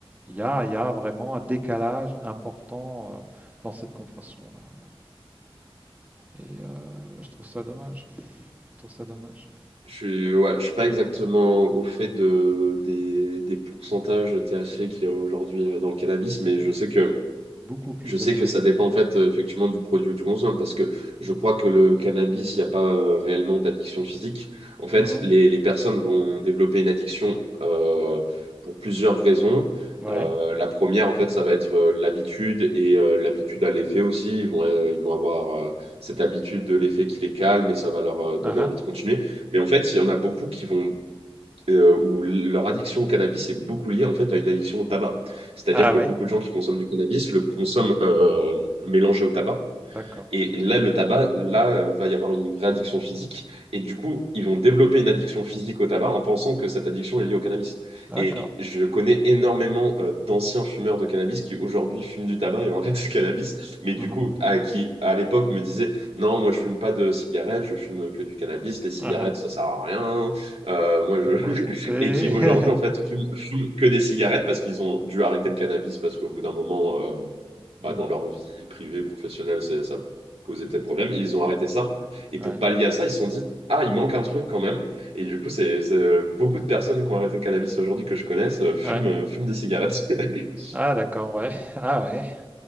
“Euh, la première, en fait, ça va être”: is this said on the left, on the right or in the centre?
Right